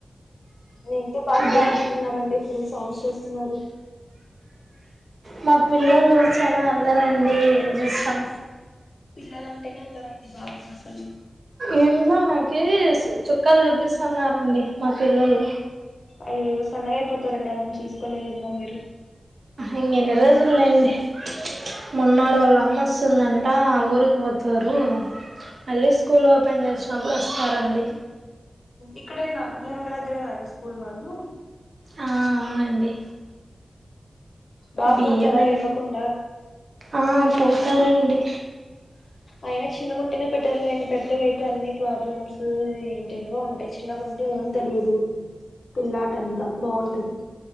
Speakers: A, on the left; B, on the right.
A: మీ ఇంట్లో బాగ పిల్లలున్నట్టు
B: బై
A: ఉన్నారండి. ఫుల్ సౌండ్స్ చేస్తున్నారు.
B: మా పిల్లలు చాలా అల్లరండి. ఏం చేస్తాం.
A: పిల్లలంటేనే అల్లరండి బాబు అసలు..
B: ఇంట్లో నాకి స్ చుక్కలు చూపిస్తన్నరండి మా పిల్లలు
A: అయ్యయ్యో సన్నగయిపోతారండి ఆళ్లని చూసుకోని ఇంగా మీరు..
B: ఇంకేన్ని రోజుల్లెండి మన్నాడు వాల్లమ్మ వస్తుందం టా ఊరికి పోతారు. మళ్ళీ స్కూల్ ఓపెన్ చేసినప్పుడు వస్తారండి.
A: ఇక్కడేనా మీరుండే దగ్గరేన ఈ స్కూల్ వాళ్ళు
B: ఆ అవునండి.
A: బాగ్
B: బియ్యం
A: పోతారా
B: అండి
A: ఏడ్వకుండా
B: ఆ పోతారండి.
A: అయినా చిన్నగుంటేనే బెటర్లేండి పెద్దగైతే అన్ని క్లా.. ప్రాబ్లమ్స్ ఎంటెంటివో ఉంటాయ్ చిన్నగుంటే ఏం తెలిదు. పిల్లాటంతా బాగుంటది...